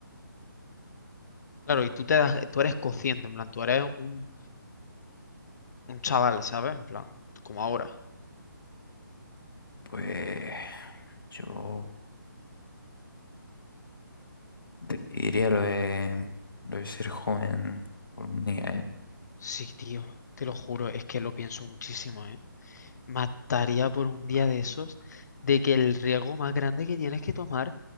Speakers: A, on the left; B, on the left.
A: Claro,
B: y
A: y tú te das, tú eres consciente, en plan, tú eres un, un chaval, ¿sabes? En plan, como ahora.
B: pues yo te diría lo de, lo de ser joven por un día, ¿eh?
A: Sí, tío, te lo juro, es que lo pienso muchísimo, ¿eh? Mataría por un día de esos de que el riesgo más grande que tienes que tomar